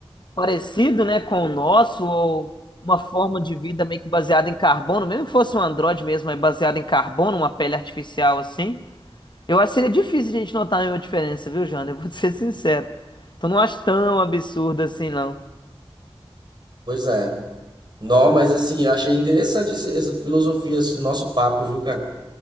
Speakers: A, on the left (about 50°); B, on the right (about 50°).
A: parecido, né, com o nosso, ou uma forma de vida meio que baseada em carbono, mesmo que fosse um androide mesmo, é baseado em carbono, uma pele artificial assim. Eu acho que seria difícil a gente notar nenhuma diferença, viu, Jana? Eu vou te ser sincero. Então não acho tão absurdo assim, não.
B: Pois é. Não, mas assim, eu achei interessante esse- essa filosofia, esse nosso papo, viu, cara?